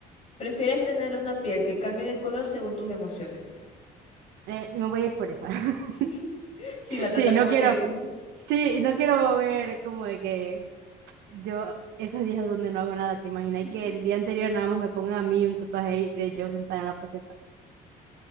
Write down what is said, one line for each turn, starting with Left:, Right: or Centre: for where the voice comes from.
Left: ¿Prefieres tener una piel que cambie de color según tus emociones?
Right: Eh, me voy a ir por esa. <laughs>
Left: <laughs> Sí, la trata
Right: Sí,
Left: como
Right: no quiero,
Left: que...
Right: sí, no quiero ver como de que yo esos días donde no hago nada, ¿te imaginas
Left: <laughs>
Right: y que el día anterior nada más me pongan a mí un tatuaje ahí de yo sentada en la poseta?